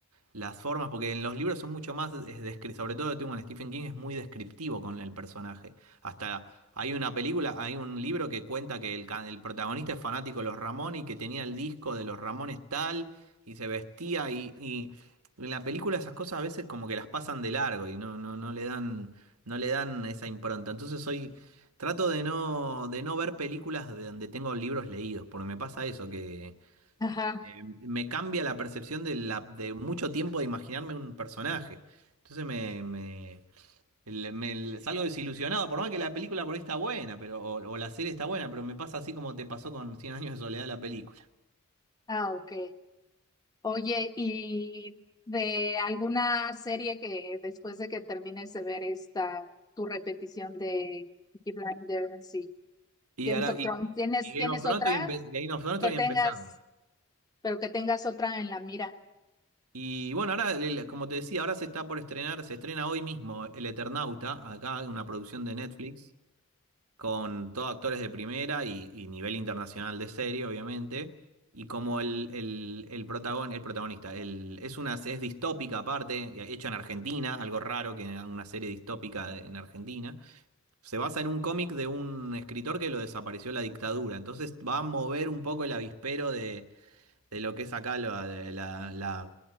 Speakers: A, on the right; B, on the left.
A: las formas, porque en los libros son mucho más, es descri- sobre todo tengo en Stephen King, es muy descriptivo con el personaje. Hasta hay una película, hay un libro que cuenta que el, ca- el protagonista es fanático de los Ramones y que tenía el disco de los Ramones tal y se vestía y, y en la película esas cosas a veces como que las pasan de largo y no, no, no le dan, no le dan esa impronta. Entonces soy, trato de no, de no ver películas de donde tengo libros leídos, porque me pasa eso, que
B: ajá,
A: eh, me cambia la percepción de, la, de mucho tiempo de imaginarme un personaje. Entonces me, me, el- me- salgo desilusionado, por más que la película por ahí está buena, pero, o, o la serie está buena, pero me pasa así como te pasó con cien años de soledad la película.
B: ah, ok. Oye, ¿y de alguna serie que después de que termines de ver esta, tu repetición de Peaky Blinders y
A: Y
B: Games
A: ahora,
B: of
A: y,
B: Thrones, ¿tienes,
A: y Game
B: tienes
A: of Thrones
B: otra
A: estoy, empe- Game of Thrones estoy
B: que tengas,
A: empezando.
B: pero que tengas otra en la mira?
A: Y bueno, ahora, el- como te decía, ahora se está por estrenar, se estrena hoy mismo El Eternauta, acá una producción de Netflix. con todos actores de primera y, y nivel internacional de serie, obviamente. Y como el, el, el, protagon- el protagonista el- es una es distópica aparte, hecha en Argentina, algo raro que una serie distópica de- en Argentina. Se basa en un cómic de un escritor que lo desapareció la dictadura. Entonces va a mover un poco el avispero de lo que es acá la, la- la